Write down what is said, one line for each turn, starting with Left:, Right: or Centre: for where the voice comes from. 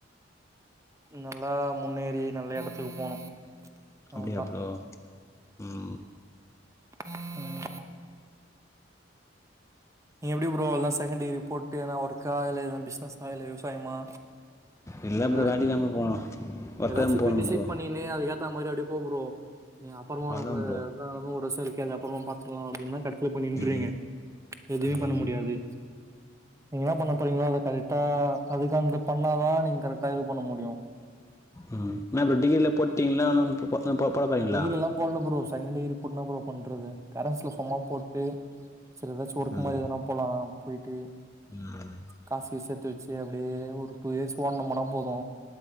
Right: நல்லா முன்னேறி நல்ல எடத்துக்கு போனு
Left: அப்டியா
Right: அவ்ளோ தா
Left: ப்ரோ ம்
Right: ம் நீ எப்டி ப்ரோ எல்லா செகண்ட் டிகிரி போட்டு எதுனா ஒர்க்கா இல்ல எதுனா பிஸ்னஸா இல்ல விவசாயமா
Left: இல்ல ப்ரோ
Right: எதா
Left: வேலைக்கு தாம் ப்ரோ போனு ஒர்க்
Right: ஏதாச்சு‌
Left: தா
Right: இப்பயே
Left: போனு
Right: டிசைட்
Left: ப்ரோ
Right: பண்ணிணு அது கேத்தா மாரி அப்டியே போ ப்ரோ நீ அப்பறமா ஒனக்கு
Left: அவ்ளதா ப்ரோ
Right: அதா இன்னு ஒரு வருஷோ இருக்கே அது அப்பறமா பாத்துக்கலா அப்டின்னா சோ‌ இப்ப நின்றீங்க
Left: ம்
Right: எதுமே
Left: ம்
Right: பண்ண முடியாது நீங்க என்னா பண்ண போறீங்களோ அத கரெடா அதுக்கு அந்த பண்ணாதா நீங்க கரெடா இது பண்ண முடியு
Left: ம் என்னா ப்ரோ டிகிரில போட்டீங்களா இன்னு போ போட போறீங்களா
Right: டிகிரிலா போட்ல ப்ரோ செகண்ட் டிகிரி போட்டு என்னா ப்ரோ பண்றது‌ கரஸ்ல சும்மா போட்டு செரி ஏதாச்சு ஒர்க்கு
Left: ம்
Right: மாரி ஏதுனா போலா போய்ட்டு
Left: ம்
Right: காசு கீசு சேத்து வச்சு அப்டியே அப்டியே ஒரு டூ இயர்ஸ் <unintelligible> போது